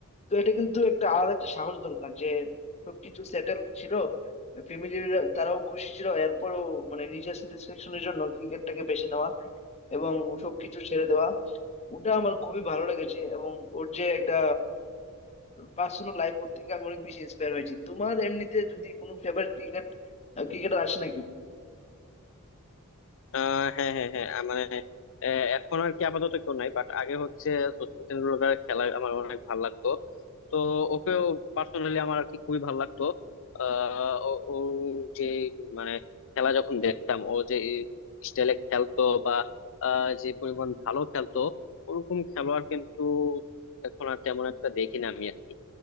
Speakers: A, on the left; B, on the left.
A: তো এটা কিন্তু একটা আলাদা একটা সাহস দরকার যে সবকিছু সেটেল ছিল ফ্যামিলি তারাও খুশি ছিল এরপরও মানে নিজের স্যাটিসফ্যাকশনের জন্য ক্রিকেটটাকে বেছে নেওয়া এবং সবকিছু ছেড়ে দেওয়া ওটা আমার খুবই ভালো লেগেছে এবং ওর যে একটা পার্সোনাল লাইফ ওর থেকে আমি অনেক বেশি ইন্সপায়ার হয়েছি তোমার এমনিতে যদি কোনো ফেভারিট ক্রিকেট ক্রিকেটার আসে নাকি
B: আহ হ্যাঁ হ্যাঁ হ্যাঁ আহ, মানে আহ, এখন আর কি আপাতত কেউ নাই বাট আগে হচ্ছে সচিন তেন্ডুলকারের খেলা আমার অনেক ভালো লাগতো তো ওকেও পার্সোনালি আমার আর কি খুবই ভালো লাগতো আহ ও ও যে মানে খেলা যখন দেখতাম ও যে স্টাইলে খেলতো বা আহ, যে পরিমাণ ভালো খেলতো ওরকম খেলোয়াড় কিন্তু এখন আর তেমন একটা দেখি না আমি আর কি।